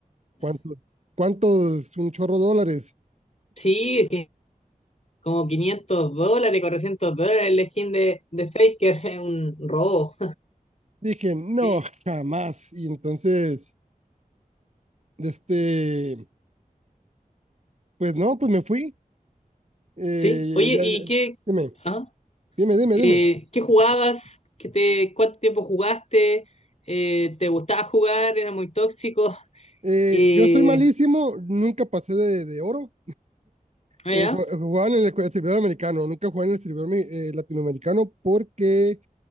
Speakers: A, on the right (about 50°); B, on the left (about 45°).
A: ¿Cuántos? ¿Cuántos? Un chorro de dólares.
B: Sí, como 500 dólares, 400 dólares el skin de, de Faker, <laughs> es un robo.
A: Dije, no,
B: Eh,
A: jamás. Y entonces, de este, pues no, pues me fui. Eh,
B: sí, oye,
A: ya,
B: ¿y
A: ya-
B: qué,
A: dime,
B: ah,
A: dime, dime,
B: eh,
A: dime.
B: qué jugabas? ¿Qué te, cuánto tiempo jugaste? Eh, ¿te gustaba jugar? ¿Era muy tóxico?
A: Eh,
B: Eh,
A: yo soy malísimo, nunca pasé de, de oro.
B: ah,
A: Eh,
B: ya.
A: ju- jugaba en el, servidor americano, nunca jugué en el servidor mi- eh, latinoamericano porque